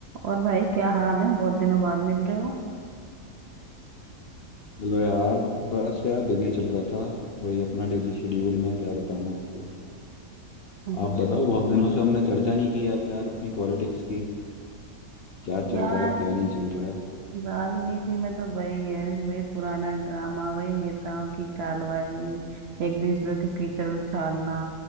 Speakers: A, on the right; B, on the left.
A: और भाई क्या हाल है बहुत दिनों बाद मिल रहे हो
B: चलो यार बस यार बिजी चल रहा था वही अपना डेली शेड्यूल में क्या बताऊं आपको
A: अच्छा
B: आप बताओ बहुत दिनों से हमने चर्चा नहीं की आप यार अपनी पॉलिटिक्स की क्या
A: यार
B: चल रहा है क्या नहीं चल रहा है
A: राजनीति में तो वही है वही पुराना ड्रामा वही नेताओं की चालबाजी एक दूसरे के कीचड़ उछालना